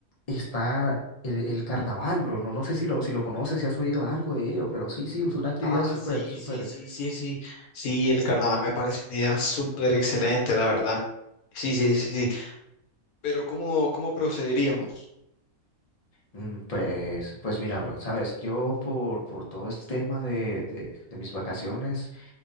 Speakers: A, on the left (about 45°); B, on the left (about 80°).
A: está el, el carnaval, bro. No, no sé si lo, si lo conoces, si has oído algo de ello, pero sí, sí, es una actividad
B: Ah,
A: súper,
B: sí,
A: súper.
B: sí, sí, sí, sí. Sí, el carnaval me parece una idea súper excelente, la verdad. Sí, sí, sí, sí. Pero ¿cómo, cómo procederíamos?
A: mm, Pues, pues mira, bro, sabes, yo por, por todo este tema de, de, de mis vacaciones.